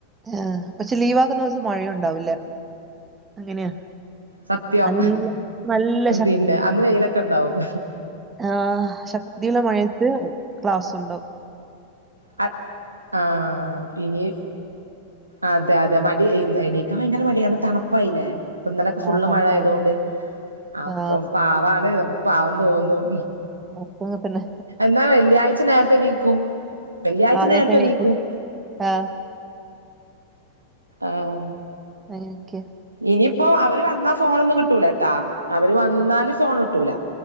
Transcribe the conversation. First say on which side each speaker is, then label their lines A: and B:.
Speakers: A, on the right; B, on the right.
A: ആഹ് പക്ഷെ ലീവാക്കുന്ന ദിവസം മഴയുണ്ടാവൂല്ല അങ്ങനെയാ
B: സത്യം
A: നല്ല നല്ല
B: പിന്നെ അന്ന് വെയിലൊക്കണ്ടാവും
A: ആഹ് ശക്തിയുള മഴയത്തു ക്ലാസ്സൊണ്ടാകും
B: <unintelligible> ആഹ് <unintelligible> അതെ അതെ മടി എണീക്കാ ഭയങ്കര മടിയാ കാരണംതണുപ്പായില്ലേ ഇപ്പ ഇന്നലൊക്കെ
A: ആ
B: ഫുള്ള്
A: കണക്കായില്ലേ
B: മഴ ആയത കൊണ്ട് അപ്പൊ
A: ആ
B: പാവാണ് നമുക്ക് പാവം തോന്നും
A: ഒക്കെ അങ്ങനെ തന്നെ
B: എന്നാ വെള്ളിയാഴ്ച നേരത്തെനീക്കും വെള്ളിയാഴ്ച
A: ആ നേരത്തെ
B: നേരത്തെനീക്കും
A: എണീക്ക് ആ
B: ആഹ്
A: അങ്ങനെക്കെ
B: ഇനിയിപ്പോ അവര് വന്നാ ഫോണൊന്നും കിട്ടൂലേട്ടാ അവര് വന്നാല് ഫോൺ ട്ടൂല